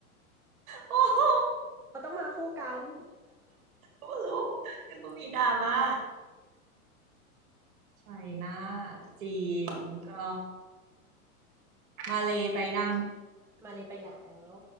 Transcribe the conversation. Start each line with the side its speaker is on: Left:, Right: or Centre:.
Right: โอ้โห
Centre: ก็ต้องมาคู่กัน
Right: รู้รู้แล้วก็มีดราม่าไชน่าจีนก็มาเลยไปยัง
Centre: มาเลยไปแล้ว